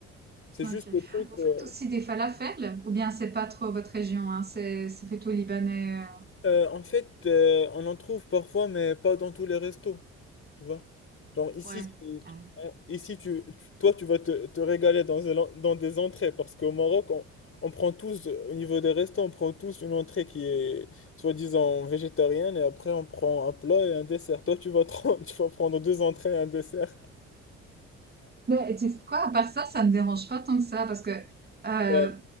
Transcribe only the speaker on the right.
OK.
Vous
faites aussi des falafels? Ou bien c'est pas trop votre région, hein? C'est c'est plutôt libanais, euh,
ouais.
Ouais.
Mais tu sais quoi, à part ça, ça me dérange pas tant que ça parce que, euh,